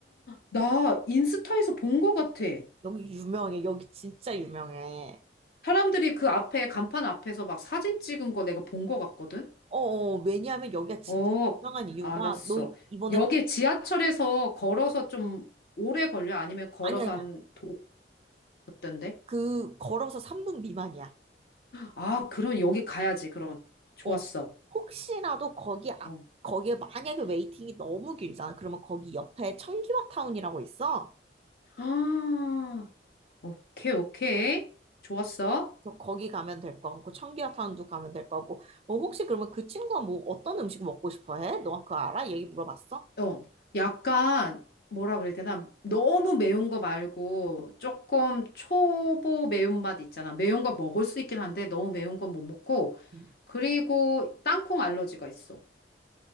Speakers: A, on the left (about 60°); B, on the right (about 35°).
A: 나 인스타에서 본 거 같아.
B: 여기 유명해. 여기 진짜 유명해.
A: 사람들이 그 앞에, 간판 앞에서 막 사진 찍은 거 내가 본 거 같거든?
B: 어, 어, 왜냐하면 여기가 진짜
A: 어,
B: 유명한 이유가
A: 알았어.
B: 너 이번에
A: 여기
B: 그-
A: 지하철에서 걸어서 좀 오래 걸려? 아니면 걸어서
B: 아니 아니야.
A: 한 도, 어떤데?
B: 그 걸어서 3분 미만이야.
A: 아, 그럼 여기 가야지, 그럼. 좋았어.
B: 어. 혹시라도 거기 앞
A: 어.
B: 거기에 만약에 웨이팅이 너무 길잖아. 그러면 거기 옆에 청기화 타운이라고 있어.
A: <gasps> 아, 오케이, 오케이. 좋았어.
B: 그래서 거기 가면 될 거고 청기화 타운도 가면 될 거고. 어, 혹시 그러면 그 친구가 뭐 어떤 음식 먹고 싶어 해? 너 그거 알아? 얘기 물어봤어?
A: 어, 약간 뭐라 그래야 되나? 너무 매운 거 말고 조금 초보 매운맛 있잖아. 매운 거 먹을 수 있긴 한데 너무 매운 건 못 먹고.
B: 음.
A: 그리고 땅콩 알러지가 있어.